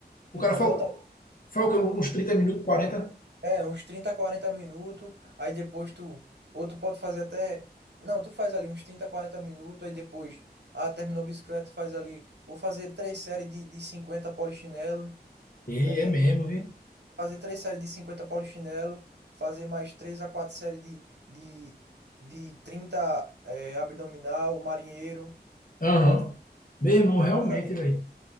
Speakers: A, on the left; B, on the right.
A: o
B: tu
A: cara
B: fa-
A: falou,
B: bota
A: foi o quê? Uns 30 minutos, 40.
B: é, uns 30 40 minutos, aí depois tu. Ou tu pode fazer até. Não, tu faz ali uns 30 40 minutos, aí depois. Ah, terminou a bicicleta, faz ali. Vou fazer três séries de, de cinquenta polichinelo,
A: E
B: tá entendendo?
A: é mesmo, viu?
B: Fazer três séries de 50 polichinelo, fazer mais três a quatro séries de, de, de 30 eh, abdominal, marinheiro.
A: Aham.
B: Tá
A: Meu irmão, realmente,
B: Mas ali
A: velho.